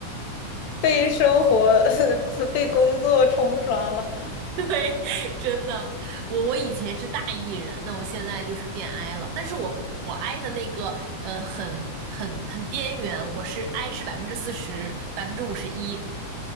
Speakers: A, on the left; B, on the right.
A: 被生活、<laughs> 被工作冲刷了。
B: 对，<laughs> 真的，我我以前是大 E 人，那我现在就是变 I 了。但是我我 I 的那个呃，很很很边缘，我是 I 是百分之四十，百分之五十一。